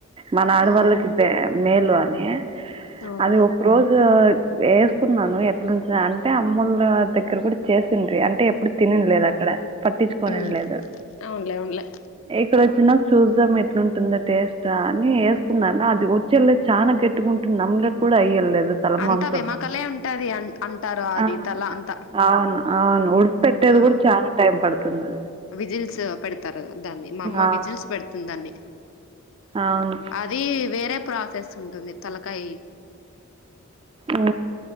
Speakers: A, on the right (about 25°); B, on the left (about 60°).
A: మన ఆడవాళ్ళకి
B: ఉమ్
A: మే మేలు అని
B: అవునా
A: అది ఒక రోజు వేసుకున్నాను ఎట్లుంటదా అంటే అమ్మలు దగ్గర కూడా చేసింది అం అే ఎప్పుడు తినిది లేదు అక్కడ పట్టించుకోని
B: ఉమ్
A: లేదు
B: అవునులే అవునులే
A: ఇక్కడ వచ్చిన చూద్దాం ఎట్లాంటుందా టేస్ట్ అని వేసుకున్నా అది వచ్చేళ్లే చానా గట్టిగా ఉంటుంది నమ్లే కూడా అయ్యలేదు తల
B: అంతా
A: మాంసం
B: వెమకలే ఉంటది అం అంటారు అది
A: ఆ
B: తల అంతా
A: అవును అవును ఉడిపి పెట్టేది
B: ఆ
A: కూడా చాలా టైం పడుతుంది
B: విజిల్స్ పెడతారు మా అమ్మ
A: అవును
B: విజిల్స్ పెడుతుందాన్ని
A: అవును
B: అది వేరే ప్ర స్ట్రెస్ ఉంటుంది తలకాయి
A: ఉ